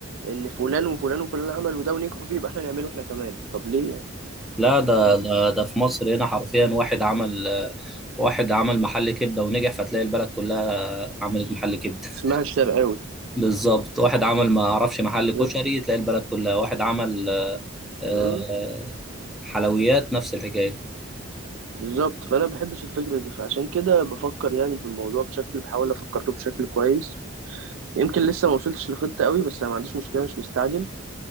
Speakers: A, on the right; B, in the centre.
A: ان فلان وفلان وفلان عملوا ده ونجحوا فيه يبقى احنا نعمله احنا كمان طب ليه يعني
B: لا ده
A: فاهم
B: ده ده في مصر هنا حرفيا واحد عمل آه، واحد عمل محل كبدة ونجح فتلاقي البلد كلها عملت محل كبدة
A: اسمها الشرقاوي
B: <laughs> بالظبط واحد عمل ما أعرفش محل
A: بالظبط
B: كشري تلاقي البلد كلها واحد عمل آه، آه،
A: آه،
B: حلويات نفس الحكاية
A: بالظبط فانا بحبش الفكره دي فعشان كده بفكر يعني في الموضوع بشكل بحاول افكر له بشكل كويس يمكن لسه ما وصلتش لخطه قوي بس انا ما عنديش مشكله مش مستعجل